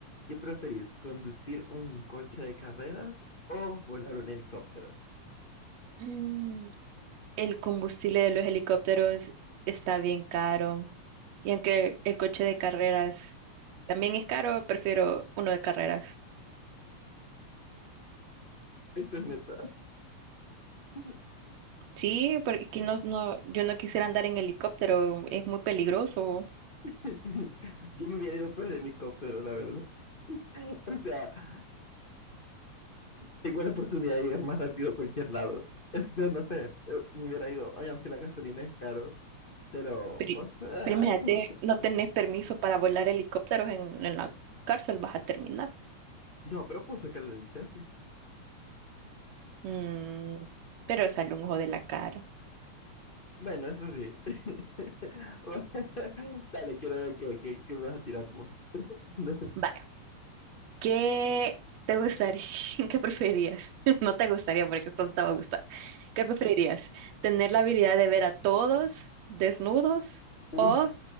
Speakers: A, on the left (about 50°); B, on the right (about 70°).
A: ¿Qué preferís? ¿Conducir un coche de carreras o volar un helicóptero?
B: Mm, El combustible de los helicópteros está bien caro. Y aunque el coche de carreras también es caro, prefiero uno de carreras.
A: <laughs> Esto es neta. <laughs>
B: Sí, porque no, no, yo no quisiera andar en helicóptero, es muy peligroso.
A: <laughs> Yo me hubiera ido por el helicóptero, la verdad. <laughs> O sea, tengo la oportunidad de llegar más rápido a cualquier lado. <laughs> Yo no sé, eh, me hubiera ido, ay, aunque la gasolina es caro, pero,
B: Pero,
A: o sea,
B: pero imagínate,
A: <laughs>
B: no tenés permiso para volar helicópteros en, en la cárcel, vas a terminar.
A: no, pero puedo sacar la licencia.
B: Mm, pero sale un ojo de la cara.
A: Bueno, eso sí. <laughs> Bueno, <laughs> Dale, quiero ver qué, qué- qué me vas a tirar vos. <laughs>
B: Vaya, ¿qué te gustaría? <laughs> ¿Qué preferirías? <laughs> No te gustaría porque esto no te va a gustar. ¿Qué preferirías? ¿Tener la habilidad de ver a todos desnudos
A: Uy,
B: o